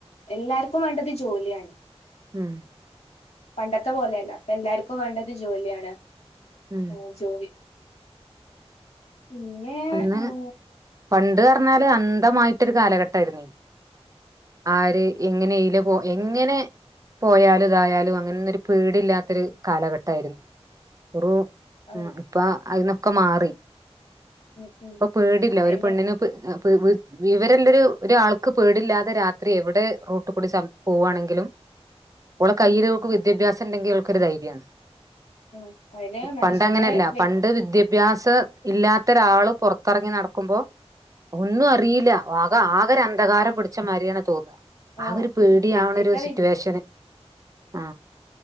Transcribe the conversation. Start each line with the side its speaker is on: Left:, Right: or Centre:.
Left: എല്ലാർക്കും വേണ്ടത് ജോലിയാണ്
Right: ഉം
Left: പണ്ടത്തെ പോലെയല്ല എല്ലാർക്കും വേണ്ടത് ജോലിയാണ്
Right: ഉം
Left: ഓ ജോലി പിന്നെ
Right: ഒന്ന്
Left: ഉം
Right: പണ്ട് പറഞ്ഞാല് അന്ധമായിട്ടൊരു കാലഘട്ടമായിരുന്നു ആര് എങ്ങനേലും പോ എങ്ങനെ പോയാലും ഇതായാലും അങ്ങനന്നൊരു പേടിയില്ലത്തൊരു കാലഘട്ടയിരുന്നു <unintelligible> മ്
Left: ആ
Right: ഇപ്പ അതിന്നൊ <unintelligible> മാറി.
Left: ഉം ഉം
Right: അപ്പൊ പേടില്ല
Left: അയിന്റെ
Right: ഒരു പെണ്ണിനെ
Left: ഉം അതിന്റെ
Right: പേ പേ വിവരള്ളൊരു ഒരാൾക്ക് പേടില്ലാതെ രാത്രി എവിടെ റൂട്ട് കൂടി സം പോവാണെങ്കിലും ഒളക്കയ്യിൽ
Left: ഉം,
Right: ഓക് വിദ്യാഭ്യാ ഉണ്ടെങ്കിൽഇവൾക്കൊരുധൈര്യണ്
Left: ആ അതിന് മനുഷ്യന്റെ
Right: പണ്ടങ്ങനല്ല
Left: വ്യ
Right: പണ്ട് വിദ്യാഭ്യാസ ഇല്ലാ ത്തോരാള് പൊറത്തിറങ്ങി നടക്കുമ്പോ ഒന്നും അറിയില്ല ആകെരു അന്ധകാരം പിടിച്ച മാരിയാണ് തോന്നുക
Left: ആ
Right: ആഗോരു പേടിയാവണ
Left: വ്യക്തിത്വ
Right: ഒരു സിറ്റുവേഷന് ആ